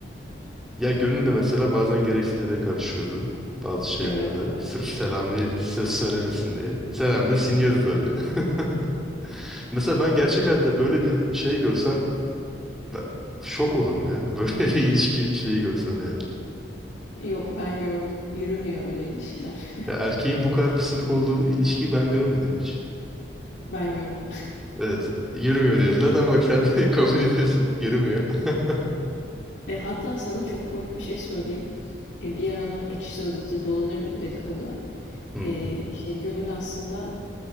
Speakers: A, in the centre; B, on the left.
A: Ya gönül de mesela bazen gereksiz yere karışıyordu bazı şeylerde.
B: Evet, evet.
A: Sırf Selami ses söylemesin diye. Selami de siniyordu tabii. <laughs> Mesela ben gerçek hayatta böyle bir şey görsem ben şok olurum ya. <laughs> Böyle bir ilişki şeyi görsem yani.
B: Yok ben gördüm. Yürümüyor öyle ilişkiler. <laughs>
A: Ya erkeğin bu kadar pısırık olduğu ilişkiyi ben görmedim hiç.
B: Ben gördüm.
A: Evet, yürümüyor diyorsun. Zaten bak sen de <laughs> kabul ediyorsun. Yürümüyor. <laughs>
B: E, hatta sana çok komik bir şey söyleyeyim. E, bir aralar Ekşi Sözlük'te dolanırdı bu dedikodu.
A: Hı hı.
B: E, işte Gönül aslında